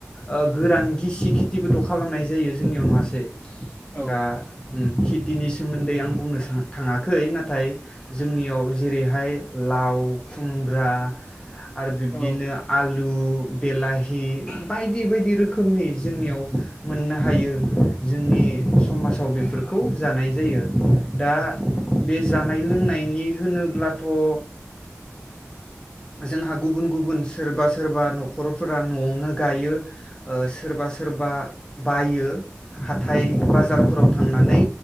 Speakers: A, on the left; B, on the left.
A: ओ गोरान गिसि। खिथिबोथ' खालामनाय जायो जोंनियाव मासे।
B: औ
A: दा कित। दिनि सोमोन्दै आं बुंनो थाङाखै नाथाय जोंनियाव जेरैहाय लाव खुमब्रा। आरो बिब्दिनो
B: औ
A: आलु। आलु बेलाहि बायदि बायदि रोखोमनि जोंनियाव मोननो हायो जोंनि। समाजाव बेफोरखौ जानाय जायो दा बे जानाय लोंनायनि होनोब्लाथ ओ जोंहा गुबुन गुबुन सोरबा सोरबा नखरफोरा नआवनो गायो ओ सोरबा सोरबा बायो। हाथाय
B: औ।
A: बाजारफोराव थांनानै